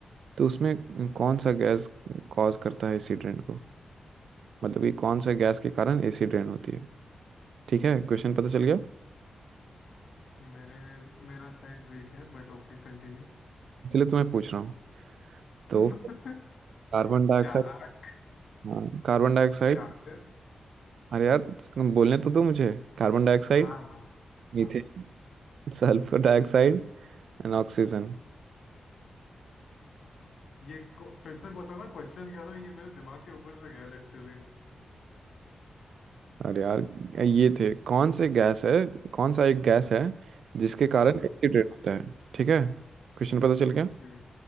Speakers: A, on the right; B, on the left.
A: तो उसमें कौन सा गैस कॉज करता है एसी ड्रेन को मतलब कि कौन सा गैस के कारण एसी ड्रेन होती है ठीक है क्वेश्चन पता चल गया
B: मेरे मेरा साइंस वीक है बट ओके कंटिन्यू
A: इसलिए तुम्हें पूछ रहा हूँ तो
B: <laughs>
A: कार्बन डाइऑक्साइड
B: चालाक
A: हाँ कार्बन डाइऑक्साइड
B: शातिर
A: अरे यार बोलने तो दो मुझे Carbon dioxide
B: हाँ हाँ
A: methane
B: हाँ
A: sulphur dioxide and oxygen
B: ये को- फिर से बताना क्वेश्चन क्या था ये मेरे दिमाग के ऊपर से गया लिटरली
A: अरे यार ये थे कौन से गैस है कौन सा एक गैस है जिसके कारण
B: हाँ
A: एसी ड्रेन होता है ठीक है क्वेश्चन पता चल गया
B: ठीक है